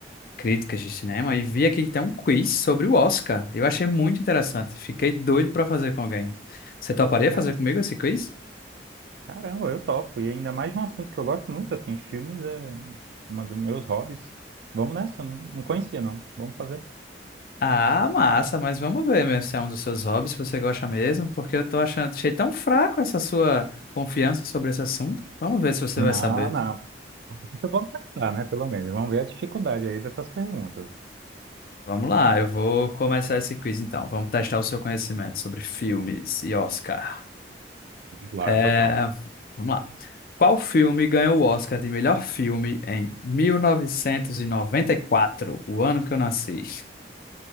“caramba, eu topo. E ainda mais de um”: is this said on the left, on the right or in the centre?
Right